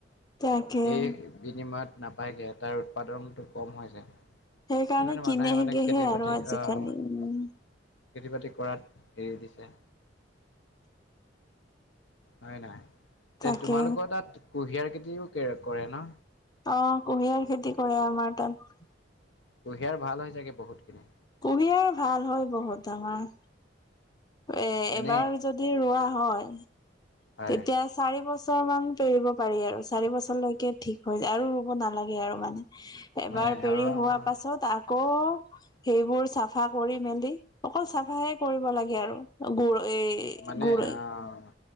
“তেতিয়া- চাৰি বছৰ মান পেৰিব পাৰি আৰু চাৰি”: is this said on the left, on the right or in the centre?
Left